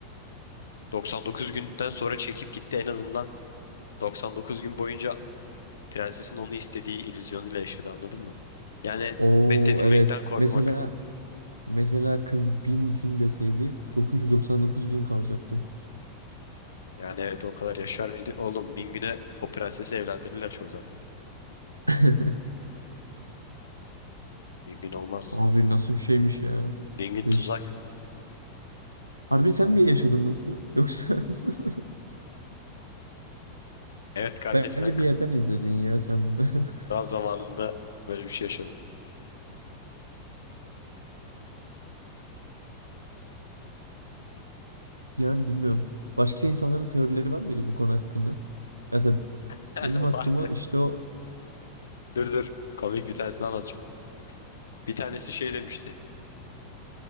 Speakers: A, on the left; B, on the right.
A: 99 günden sonra çekip gitti en azından 99 gün boyunca prensesin onu istediği illüzyonuyla yaşadı anladın mı? Yani
B: Oo
A: reddedilmekten
B: evet.
A: korkmak.
B: Mesela mesela kız 1000 gün deseydi 999 gün kalacaktı.
A: Yani evet o kadar yaşar mıydı? Oğlum bin güne o prensesi evlendirirler çoktan.
B: <laughs>
A: Bin gün olmaz.
B: Abi nasıl bir şeymiş ya.
A: Bin gün
B: Değişik.
A: tuzak.
B: Harbi sen mi yaşadın bunu? Yoksa <laughs>
A: Evet kardeş
B: bence
A: ben
B: bir yerden izledin ya sen bunu. <laughs>
A: daha zamanında böyle bir şey yaşadım.
B: Yani bilmiyorum. Başka insanların teorileri var mıydı bu konu hakkında? Mesela
A: <laughs>
B: benim aklıma
A: Vardı.
B: işte o
A: Dur dur. Komik bir tanesini anlatacağım. Bir tanesi şey demişti.